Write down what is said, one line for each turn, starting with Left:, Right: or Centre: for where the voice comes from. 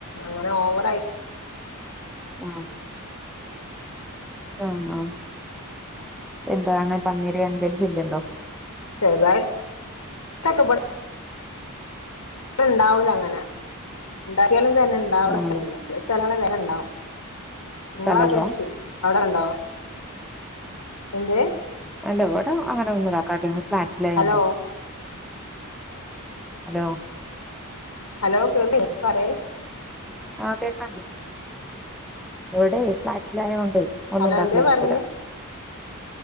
Left: അങ്ങനെ ഓവറയി.
Centre: ആ ആ ആ എന്താണ് പന്നീര എന്തശ ഇല്ലണ്ടോ
Left: ചെറ്തായ് <unintelligible> മ്പൾ. ണ്ടാവുലങ്ങന ണ്ടായാലും തന്നെ ണ്ടാവ്ണ
Centre: ആഹ്
Left: സ്ഥലല്ല ചില സ്ഥലങ്ങളി വേഗണ്ടാവും
Centre: സ്ഥലണ്ടോ
Left: നിങ്ങളൊക്കെ കൃഷി. അവടെ ണ്ടോ എന്ത്?
Centre: അല്ലവിടെ അങ്ങനെ ഒന്നും ണ്ടാക്കാൻ പറ്റില്ലഫ്ലാറ്റില ആായ
Left: ഹലോ
Centre: കൊണ്ട് ഹലോ
Left: ഹലോ കേൾക്ക് പറി.
Centre: ആഹ കേക്കണ്ട എവിടെ ഫ്ലാറ്റിലായോൊണ്ടേ ഒന്നുണ്ടാക്കലടക്കൂല.
Left: ഹലോ എന്തേ പറഞ്ഞ്